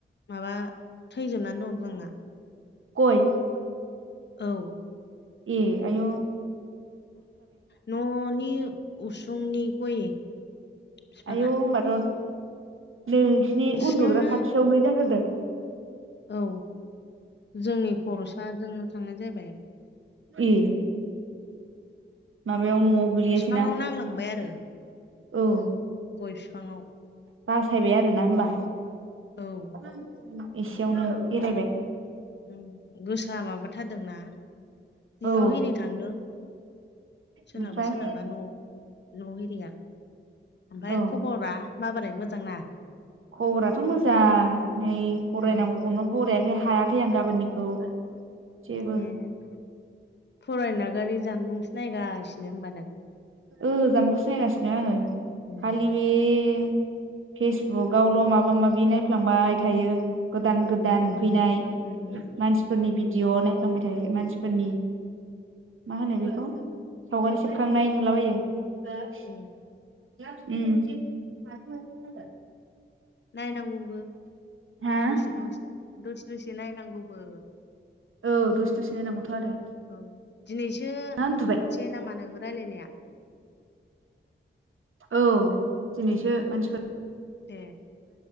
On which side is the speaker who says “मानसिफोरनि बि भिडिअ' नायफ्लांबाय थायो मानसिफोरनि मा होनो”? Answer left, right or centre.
Right